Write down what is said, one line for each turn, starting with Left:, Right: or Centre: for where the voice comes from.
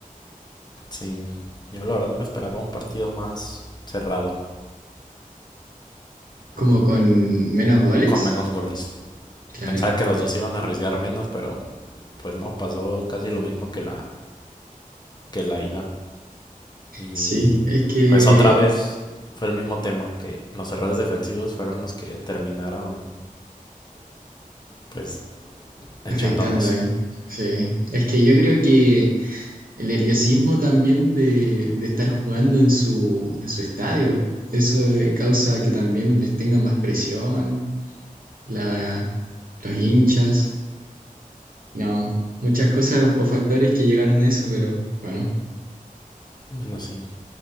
Left: Sí, yo la verdad me esperaba un partido más cerrado,
Right: como
Left: mm,
Right: con menos goles.
Left: con menos goles.
Right: Claro.
Left: Pensaba que los dos iban a arriesgar menos, pero pues no, pasó casi lo mismo que la, que la ida. Y
Right: Sí, es que
Left: pues otra vez fue el mismo tema que los errores defensivos fueron los que terminaron pues echándonos.
Right: afectando ahí. Sí. Es que yo creo que el nerviosismo también de, de estar jugando en su, en su estadio, eso eh, causa que también les tenga más presión, la, los hinchas. No, muchas cosas o factores que llegaron a eso, pero bueno.
Left: Bueno, sí.